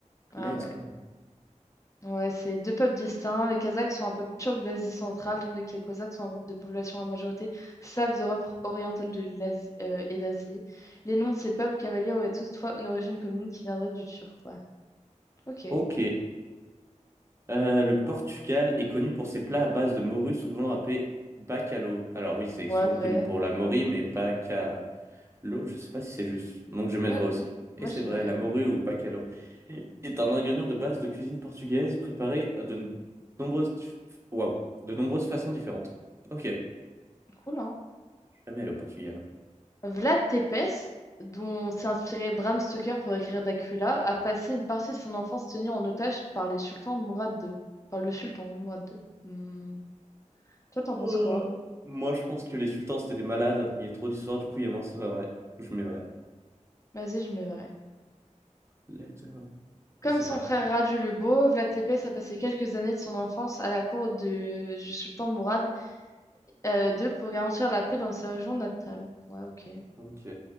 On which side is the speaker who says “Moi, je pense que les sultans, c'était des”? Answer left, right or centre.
Right